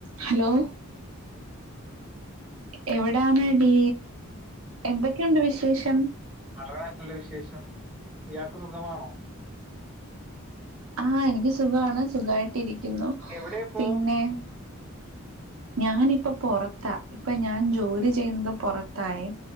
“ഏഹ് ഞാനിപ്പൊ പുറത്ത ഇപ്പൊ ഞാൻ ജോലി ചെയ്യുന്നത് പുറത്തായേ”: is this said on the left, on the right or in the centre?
Right